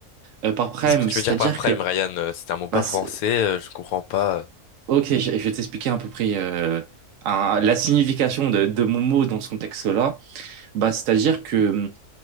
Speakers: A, on the right; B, on the left.
A: euh, par prime.
B: Qu'est-ce que tu
A: C'est-à-dire
B: veux dire par prime,
A: que
B: Ryan? Euh, C'est un mot pas
A: bah, c'est-
B: français, euh, je comprends pas. euh.
A: Ok, je, je vais t'expliquer à peu près euh, un- la signification de, de mon mot dans ce contexte-là. Bah, c'est-à-dire que,